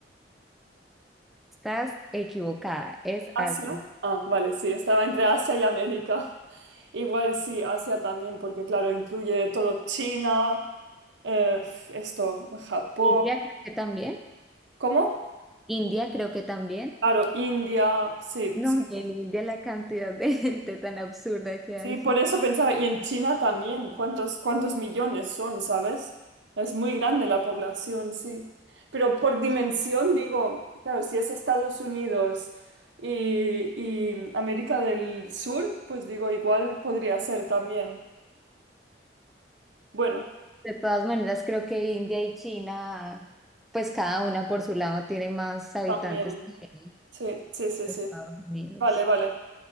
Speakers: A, in the centre; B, on the right.
A: Estás equivocada, es
B: Asia.
A: Asia.
B: Ah, vale, sí, estaba entre Asia y América. Igual sí, Asia también, porque claro, incluye todo China, eh, esto, Japón.
A: India creo que también.
B: ¿Cómo?
A: India creo que también.
B: Claro, India, sí,
A: No,
B: sí.
A: y en India la cantidad de <laughs> gente tan absurda que
B: Sí,
A: hay.
B: por eso pensaba, y en China también, ¿cuántos, cuántos millones son, sabes? Es muy grande la población, sí. Pero por dimensión, digo, claro, si es Estados Unidos y, y América del Sur, pues digo, igual podría ser también. Bueno,
A: De todas maneras, creo que India y China, pues cada una por su lado tiene más habitantes
B: también.
A: que
B: Sí, sí, sí,
A: Estados
B: sí.
A: Unidos.
B: Vale, vale.